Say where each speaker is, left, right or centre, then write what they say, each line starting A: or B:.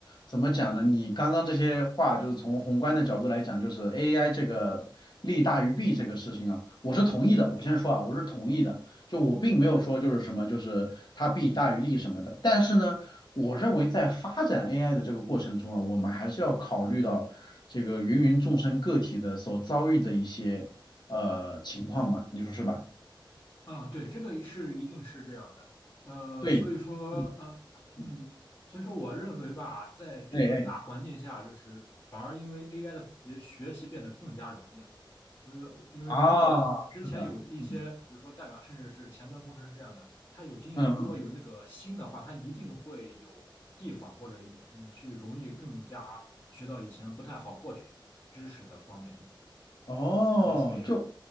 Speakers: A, on the left; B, on the left.
A: 怎么讲呢？你刚刚这些话就是从宏观的角度来讲，就是 AI 这个利大于弊这个事情啊，我是同意的。我先说啊，我是同意的，就我并没有说就是什么就是它弊大于利什么的。但是呢，我认为在发展 AI 的这个过程中啊，我们还是要考虑到这个芸芸众生个体的所遭遇的一些呃情况嘛，你说是吧？
B: 啊，对，这个是一定是这样的，呃，
A: 对，
B: 所以说，
A: 嗯，
B: 呃，
A: 嗯
B: 嗯，所以说，我认为吧，在这个大环境下，
A: 哎哎。
B: 就是反而因为 AI 的普及，学习变得更加容易了。呃，因为如果之前有一些，
A: 啊，是的，嗯
B: 比如说代码，甚至是前端工程师这样的，他有经验，
A: 嗯嗯，
B: 如果有那个心的话，他一定会有地方或者嗯去容易更加学到以前不太好获取知识的方面，
A: 哦，
B: 类似这样。
A: 就